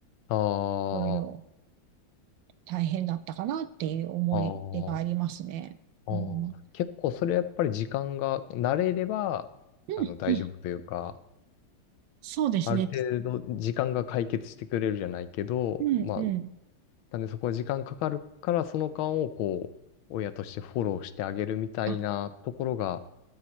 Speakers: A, on the left (about 85°); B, on the right (about 75°).
A: あ
B: いろいろ
A: あ、
B: 大変だったかなっていう思い出がありますね。
A: ああ、ああ、
B: うん、
A: 結構それやっぱり時間が慣れれば、
B: うん、
A: あの大丈夫というか、
B: うん、そうですね。
A: ある程度時間が解決してくれるじゃないけど、
B: うん、
A: まあ
B: うん。
A: なんでそこは時間かかるから、その間をこう、親としてフォローしてあげるみたいなところが
B: あ、